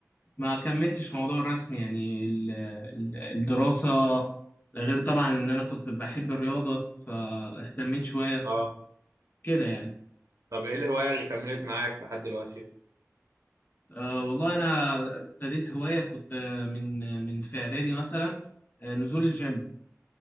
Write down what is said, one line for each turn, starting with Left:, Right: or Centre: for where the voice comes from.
Left: ما كملتش في موضوع الرسم يعني ال- ال- الدراسة ده غير طبعا إن أنا كنت بحب الرياضة فاهتميت شوية
Right: اه
Left: كده يعني
Right: طب ايه الهواية اللي كملت معاك لحد دلوقتي
Left: أه والله أنا ابتديت هواية كنت آه، من من في إعدادي مثلا آه، نزول الجيم